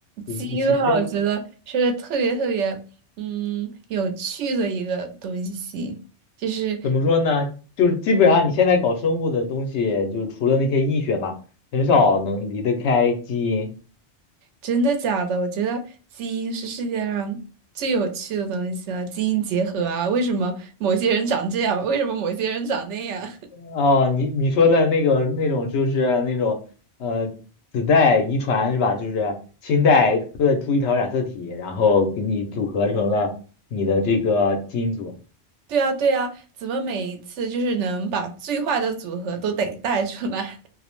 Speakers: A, on the right; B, on the left.
A: 基因的话，
B: <laughs> 其实
A: 我觉得是个特别特别嗯有趣的一个东西，就是
B: 怎么说呢？就是基本上你现在搞生物的东西，就是除了那些医学嘛，很少能离得开基因。
A: 真的假的？我觉得基因是世界上最有趣的东西了，基因结合啊，为什么某些人长这样，为什么某些人长那样？
B: 哦，你你说的那个那种就是那种呃子代遗传是吧？就是亲代各出一条染色体，然后给你组合成了你的这个基因组。
A: <laughs> 对啊，对啊，怎么每一次就是能把最坏的组合都得带出来？